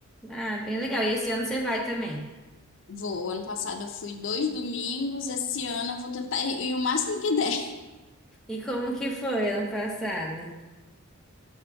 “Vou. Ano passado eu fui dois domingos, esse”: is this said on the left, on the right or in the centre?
Left